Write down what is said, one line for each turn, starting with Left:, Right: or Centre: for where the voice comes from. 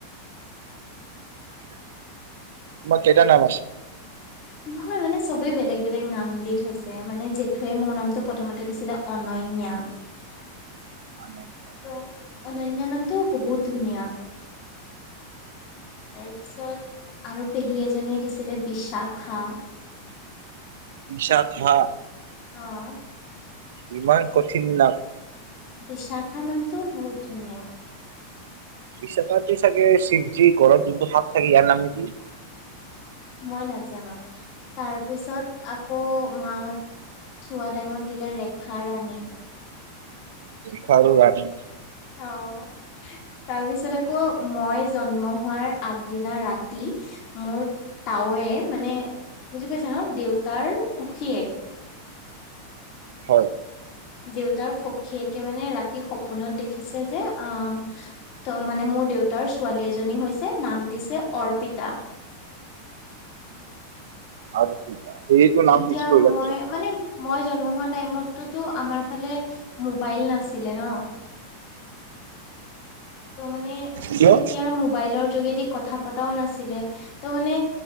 Right: <inaudible> তোমাৰ কেইটা নাম আছে।
Left: নহয় মানে চবেই বেলেগ-বেলেগ নাম দি থৈছে, মানে জেঠুৱে মোৰ নামটো প্ৰথমতে দিছিলে অনন্যা।
Right: <inaudible>
Left: ত' অনন্যা নামটোও বহুত ধুনীয়া, তাৰপিছত আৰু পেহী এজনীয়ে দিছিলে বিচাখা।
Right: বিচাখা।
Left: অ'।
Right: ইমান কঠিন না
Left: বিচাখা নামটোও বহুত ধুনীয়া।
Right: <unintelligible> চাগে শিৱজী গলত যোনটো সাপ থাকে ইয়াৰ নাম কি?
Left: মই নাজানোঁ। তাৰপিছত আকৌ, মাহঁত চোৱা টাইমত দিলে ৰেখা ৰাণী।
Right: <inaudible> খালো আমি।
Left: অঁ তাৰপিছত আকৌ মই জন্ম হোৱাৰ আগদিনা ৰাতি মোৰ তাৱে মানে বুজি পাইছা ন দেউতাৰ সুখী এক
Right: হয়
Left: দেউতাৰ সখীয়েক তেওঁ মানে ৰাতি সপোনত দেখিছে যে অ ত মানে মোৰ দেউতাৰ ছোৱালী এজনী হৈছে নাম দিছে। অৰ্পিতা
Right: আৰু কি সেইটো
Left: তেতিয়া
Right: নাম ফিক্স কৰিলা
Left: মই,
Right: পিছত
Left: মানে মই জন্ম হোৱা টাইমতটোতো আমাৰ ফালে মোবাইল নাছিলে ন? ত' মানে
Right: কিয়
Left: তেতিয়া মোবাইলৰ যোগেদি কথা পতাও নাছিলে, ত' মানে